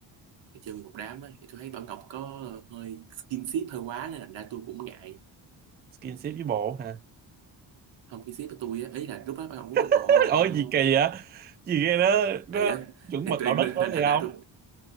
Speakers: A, on the right (about 80°); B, on the right (about 25°).
A: cái chơi một đám ấy thì tôi thấy Bảo Ngọc có hơi skin ship hơi quá nên thành ra tôi cũng ngại
B: skinship với bộ hả
A: không cái ship với tôi á ý là lúc đó Bảo Ngọc cũng có bồ
B: <laughs> ủa
A: đúng
B: gì
A: không
B: kỳ vậy gì ghê đó nó
A: thì đó
B: chuẩn
A: thì
B: mực
A: tôi
B: đạo
A: lên
B: đức đó
A: lên
B: gì
A: thành
B: không
A: ra tôi